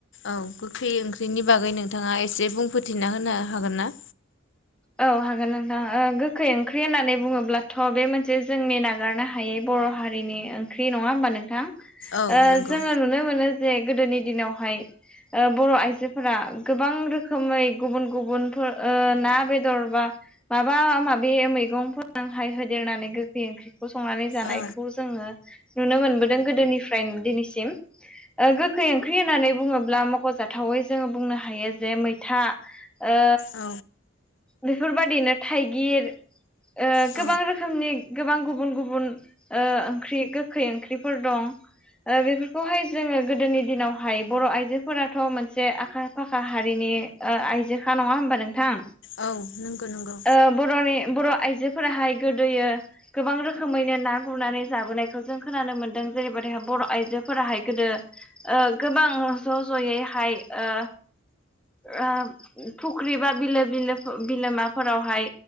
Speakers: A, on the left; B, in the centre.
A: औ गोखै ओंख्रिनि बागै नोंथाङा एसे बुंफोथिना होनो हागोन ना?
B: औ हागोन नोंथां ओ गोखै ओंख्रि होननानै बुङोब्लाथ' बे मोनसे जोंनि नागारनो हायै बर' हारिनि ओंख्रि नङा होमबा नोंथां
A: औ
B: ओ
A: नंगौ
B: जोङो नुनो मोनो जे गोदोनि दिनाव फाय ओ बर' आइजोफोरा गोबां रोखोमै गुबुन गुबुनफोर ओ ना बेद दरबा माबा माबे मैगंफोरहाय होदेरनानै गोखै ओंख्रि संनानै जानायखौ
A: औ
B: जोङो नुनो मोनबोदों गोदोनिफ्राय दिनैसिम। ओ गोखै ओंख्रि होननानै बुङोब्ला मख'जाथावै जोङो बुंनो हायो जे मै था ओ
A: औ
B: बेफोरबायदिनो थाइगिर ओ
A: औ
B: गोबां रोखोमनि गोबां गुबुन गुबुन ओ ओंख्रि गोखै ओंख्रिफोर दं। ओ बेफोरखौहाय जोङो गोदोनि दिनावहाय बर' आइजोफोराथ' मोनसे आखा फाखा हारिनि आइजोखा नङा होमबा नोंथां
A: औ नोंगो नोंगो
B: ओ बर'नि बर' आइजोफोराहाय गोदोयो गोबां रोखोमैनो ना गुरनानै जाबोनायखौ जों खोनानो मोन्दों जेरैबायदिहाय बर' आइजोफोराहाय गोदो ओ गोबां ज' ज'यैहाय ओ ओ फुख्रि बा बिलो बिलो बिलोमाफोरावहाय